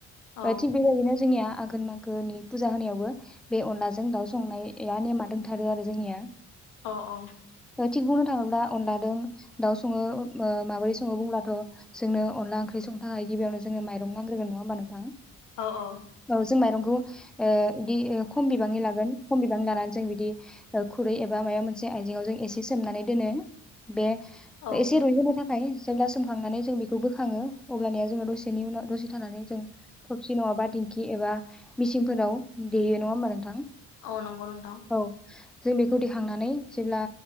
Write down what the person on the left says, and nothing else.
औ
अ अ।
औ औ।
औ
औ नंगौ नोंथां।